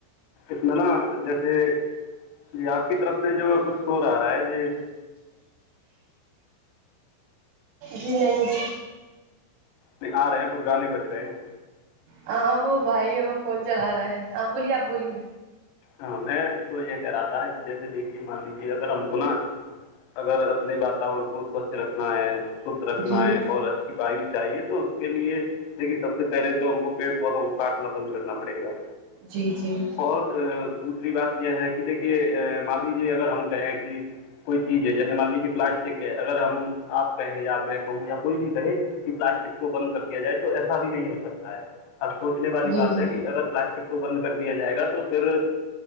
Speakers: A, on the left; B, on the right.
A: اتنا نا جیسے جی آپ کی طرف سے جو کچھ سور آ رہا ہے یہی
B: جی نہیں
A: نہیں آ رہے ہیں کچھ گار نہیں بج رہے ہیں
B: ہاں وہ بھائی ہے فون چلا رہا ہے ہاں بولیے آپ بولیے
A: ہاں میں تو یہ کہہ رہا تھا جیسے دیکھیے مان لیجے اگر ہم کو نا اگر اپنے واتاورن کو سوچھ رکھنا ہے شدھ رکھنا
B: جی
A: ہے اور اچھا وایو چاہیے تو اس کے لیے دیکن سب سے پہلے تو ہم کو پیڑ پودوں کو کاٹنا بند کرنا پڑے گا
B: جی جی
A: اور دوسری بات یہ ہے کہ دیکھیے مان لیجیے اگر ہم کہیں کہ کوئی چیز ہے جیسے مان لیجیے پلاسٹک ہے اگر ہم آپ کہیں یا میں کہوں یا کوئی بھی کہے کہ پلاسٹک کو بند کر دیا جائے تو ایسا بھی نہیں ہو سکتا ہے اب سوچنے والی
B: جی
A: بات
B: جی
A: ہے کہ اگر پلاسٹک کو بند کر دیا جائے گا تو پھر